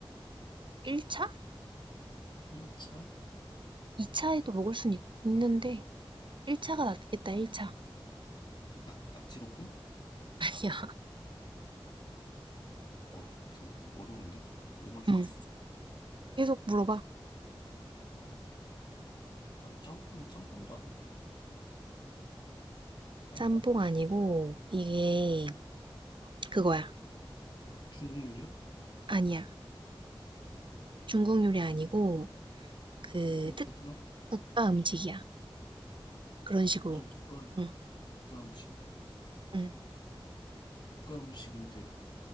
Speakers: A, on the right; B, on the left.
A: 1차?
B: 1차?
A: 2차에도 먹을 순 있, 는데 1차가 낫겠다, 1차. 아
B: 낙, 낙지볶음?
A: 니 야,
B: 어, 저- 어려운데? 뭐
A: <laughs>
B: 맞추겠어.
A: 응. 계속 물어봐.
B: 어, 아니, 짬뽕, 짬뽕도 아닌 것 같은데? 짬뽕.
A: 짬뽕 아니고, 이게, 그거야.
B: 중국 요리야?
A: 아니야. 중국 요리 아니고, 그,
B: 베트-
A: 특,
B: 베트남?
A: 국가 음식이야. 그런 식으로.
B: 좀 국가, 국가
A: 응,
B: 음식?
A: 응.
B: 국가 음식인데